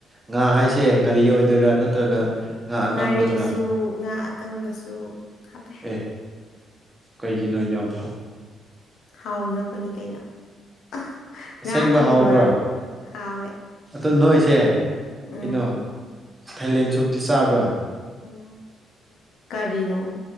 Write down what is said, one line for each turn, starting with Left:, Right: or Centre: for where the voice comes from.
Right: ꯉꯥ ꯍꯥꯏꯁꯦ ꯉꯔꯤ ꯑꯣꯏꯗꯣꯏꯔꯥ ꯅꯠꯇ꯭ꯔꯒ ꯉꯥ ꯑꯀꯪꯕꯗꯨꯔꯥ
Left: ꯉꯥꯔꯤꯁꯨ ꯉꯥ ꯑꯀꯪꯕꯁꯨ ꯍꯥꯞꯄꯦ
Right: ꯑꯦ ꯀꯩꯒꯤꯅꯣ ꯌꯥꯝ ꯐ
Left: ꯍꯥꯎꯅꯕꯅꯤ ꯀꯩꯅꯣ ꯑꯥ
Right: ꯑꯁꯦꯡꯕ
Left: ꯉꯥ ꯊꯣꯡꯕ
Right: ꯍꯥꯎꯕ꯭ꯔꯥ
Left: ꯍꯥꯎꯋꯦ
Right: ꯑꯗꯣ ꯅꯣꯏꯁꯦ
Left: ꯎꯝ
Right: ꯀꯩꯅꯣ ꯊꯥꯏꯂꯦꯟ ꯁꯨꯞꯗꯤ ꯆꯥꯕ꯭ꯔꯥ
Left: <unintelligible> ꯀꯔꯤꯅꯣ